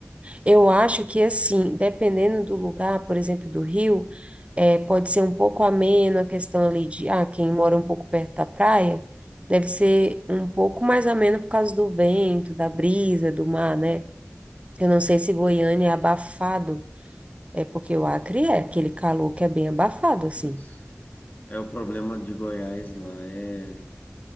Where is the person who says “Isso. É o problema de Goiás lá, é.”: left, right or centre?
Left